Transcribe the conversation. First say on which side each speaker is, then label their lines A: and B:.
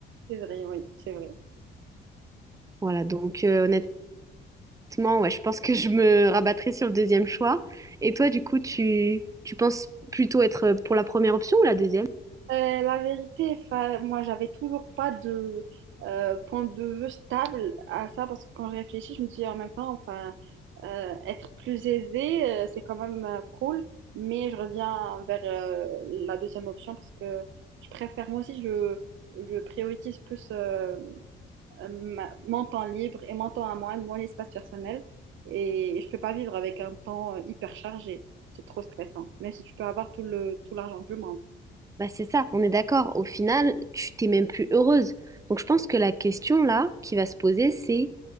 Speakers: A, on the right; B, on the right.
A: C'est vrai, oui, c'est vrai.
B: Voilà, donc euh, honnêtement, ouais, je pense que je me rabattrai sur le deuxième choix. Et toi, du coup, tu, tu penses plutôt être pour la première option ou la deuxième?
A: Euh, la vérité, enfin, moi, j'avais toujours pas de euh, point de vue stable à ça parce que quand je réfléchis, je me dis en même temps, enfin, euh, être plus aisé, euh, c'est quand même euh, cool, mais je reviens vers euh, la deuxième option parce que je préfère, moi aussi, je, je priorise plus euh, euh, ma- mon temps libre et mon temps à moi, mon espace personnel, et, je peux pas vivre avec un temps euh, hyper chargé. C'est trop stressant, même si tu peux avoir tout le, tout l'argent du monde.
B: Bah c'est ça, on est d'accord. Au final, tu t'es même plus heureuse. Donc je pense que la question là qui va se poser, c'est